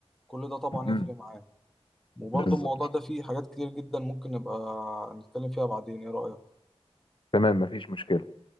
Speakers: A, in the centre; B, on the left (about 50°).
A: كل ده طبعا
B: امم
A: هيفرق معاه وبرضه
B: بالظبط
A: الموضوع ده فيه حاجات كتير جدا ممكن نبقى نتكلم فيها بعدين ايه رأيك
B: تمام مفيش مشكلة